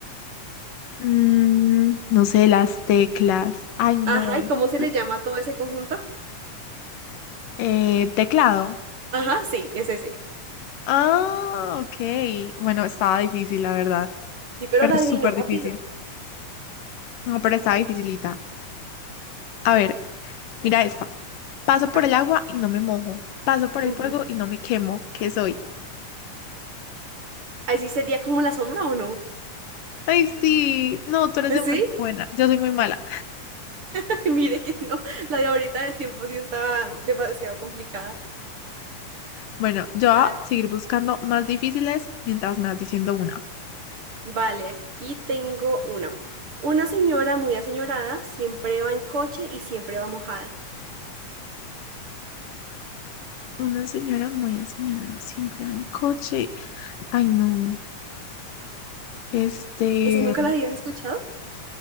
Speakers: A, on the left (about 85°); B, on the right (about 50°).
A: Mm, no sé, las teclas. Ay, no.
B: Ajá, ¿y cómo se
A: Las-
B: le llama a todo ese conjunto?
A: eh, teclado.
B: Ajá, sí, es ese.
A: Ah, ok. Bueno, estaba difícil, la verdad.
B: Sí, pero
A: Pero
B: la adivino
A: súper
B: rápido.
A: difícil. No, pero estaba dificilita. A ver, mira
B: A ver.
A: esta. Paso por
B: A ver.
A: el agua y no me mojo. Paso por
B: ujú.
A: el fuego y no me quemo. ¿Qué soy?
B: Ahí sí sería como la sombra o no.
A: Ay, sí. No, tú eres
B: ¿Sí?
A: demasiado buena. Yo soy muy mala.
B: <laughs> Mire que no. La de ahorita del tiempo sí estaba demasiado complicada.
A: Bueno, yo voy
B: A
A: a seguir buscando más difíciles mientras me vas diciendo una.
B: Vale, aquí tengo una. Una señora muy aseñorada siempre va en coche y siempre va mojada.
A: Una señora muy señora siempre va en coche. Ay, no. Este,
B: ¿Esa nunca la habías escuchado?